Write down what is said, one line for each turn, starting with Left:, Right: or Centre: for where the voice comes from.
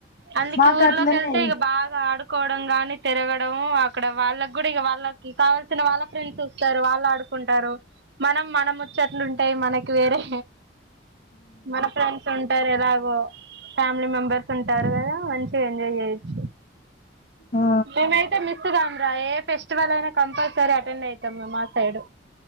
Right: అందుక
Left: మాకు
Right: ఊర్లోకి
Left: అట్లనే
Right: వెళ్తే ఇక బాగా ఆడు కోవడం గాని తిరగడం అక్కడ వాళ్ళకి కూడా ఇ వాళ్ళకి కావల్ సినా వాళ్ళ ఫ్రెండ్స్ వాస్తారు వాళ్ళు ఆడుకుంటారు మనం మనం ముచ్చేట్లుంటేయి మనకి వేరే మన ఫ్రెండ్స్ ఉంటారు ఎలాగో ఫ్యామిలీ మెంబెర్స్ ఉం తారు కదా మంచిగా ఎంజాయ్ చేయొచ్చు
Left: ఆ
Right: మేమైతే మిస్ కాము రా ఏ ఫెస్టివల్ అయినా కంపల్సరీ అటెండ్ అయితాము మా సైడ్